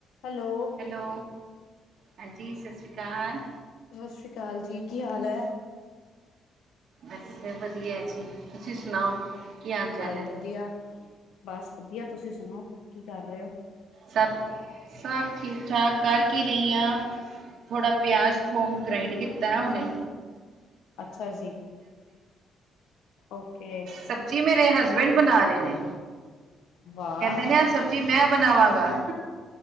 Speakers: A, on the left; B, on the right.
A: Hello
B: hello ਹਾਂਜੀ ਸਤਿ ਸ਼੍ਰੀ ਅਕਾਲ।
A: ਸਤਿ ਸ੍ਰੀ ਅਕਾਲ ਜੀ ਕੀ ਹਾਲ ਹੈ।
B: ਬੱਸ ਵਧੀਆ ਜੀ ਤੁਸੀਂ ਸੁਣਾਓ ਕੀ ਹਾਲ ਚਾਲ
A: ਮੈਂ ਵੀ
B: ਹੈ
A: ਵਧੀਆ ਬਸ ਵਧੀਆ ਤੁਸੀਂ ਸੁਣਾਓ ਕੀ ਕਰ ਰਹੇ ਹੋ
B: ਸਭ ਸਭ ਠੀਕ ਠਾਕ ਕਰਕੇ ਰਹੀ ਹਾਂ। ਥੋੜ੍ਹਾ ਪਿਆਜ਼ ਥੋਮ ਗ੍ਰਾਈੰਡ ਕੀਤਾ ਉਹਨੇ
A: ਅੱਛਾ ਜੀ ਓਕੇ।
B: ਸਬਜ਼ੀ ਮੇਰੇ ਹਸਬੈਂਡ ਬਣਾ ਰਹੇ ਨੇ
A: ਵਾਹ
B: ਕਹਿੰਦੇ ਨੇ ਆ ਸਬ ਜੀ ਮੈਂ ਬਣਾਵਾਂਗਾ